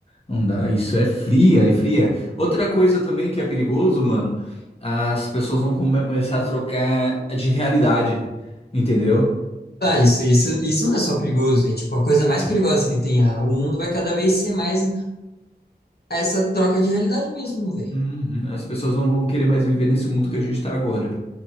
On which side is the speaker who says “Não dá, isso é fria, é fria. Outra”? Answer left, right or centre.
Left